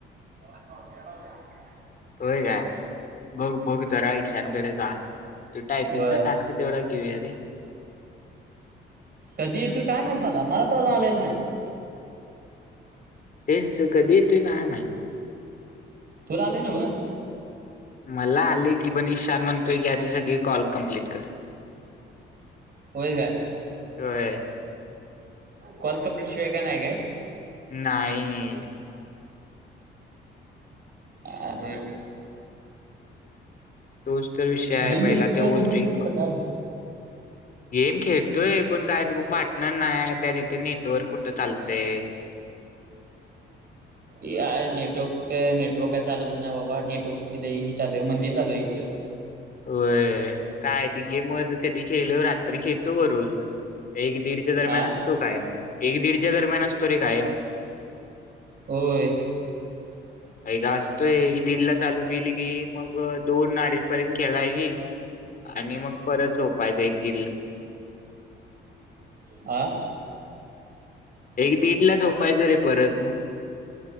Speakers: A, on the right (about 50°); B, on the left (about 45°).
A: हो
B: होय काय बघ बघ जरा ईशानकडे जा. तू टायपिंगचा
A: होय
B: टास्क तेवढा घेऊया रे.
A: कधी येतू काय माहित मला. मला तर आज आलेला नाही.
B: तेच तर कधी येतोय काय माहित.
A: तूला आलंय नव्ह.
B: मला आले की पण ईशान म्हणतोय की आधी सगळी कॉल कम्प्लीट
A: होय काय.
B: होय.
A: कॉल कंप्लीट शिवाय काय नाही काय.
B: नाही.
A: आर
B: तोच तर विषय आहे
A: गेम
B: पहिला
A: बेम ते
B: तो
A: खेळायचं
B: बोलतोय
A: बंद केलीस
B: का
A: काय
B: गेम खेळतोय पण काय पार्टनर नाही त्या तिथे नेटवर्क कुठं चालतय
A: ते हाय नेटवर्क नेटवर्क काय चालतच नाही बाबा नेटवर्क ही चालू आहे मंदी चालू आहे इथं
B: व काय ती गेम कधी खेल रात्री खेळतो ग रोज एक दीड दरम्यान
A: आ
B: असतो कायम एक दीडच्या दरम्यान असतो रे कायम
A: होय
B: एक ग असतोय एक दीडला चालू गेली गी मग दोन अडी पर्यंत खेळायची आणि मग परत झोपायचं एक दीड
A: आ
B: एक दीड ला झोपायचं रे परत मग